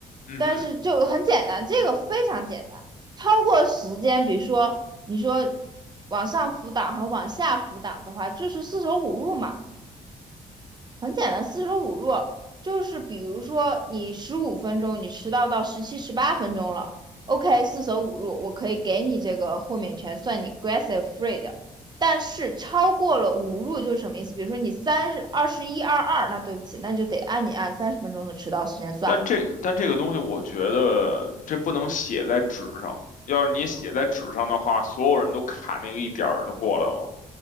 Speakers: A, on the left; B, on the right.
A: 嗯哼，
B: 但是就很简单，这个非常简单。超过时间，比如说你说往上浮档和往下浮档的话，就是四舍五入嘛。很简单，四舍五入就是比如说你十五分钟你迟到到十七、十八分钟了，OK，四舍五入我可以给你这个豁免权，算你 grace free 的。但是超过了五入就是什么意思？比如说你三十二十一二二，那对不起，那就得按你按三十分钟的迟到时间算。
A: 但这但这个东西，我觉得这不能写在纸上。要是你写在纸上的话，所有人都卡那个一点儿就过来了。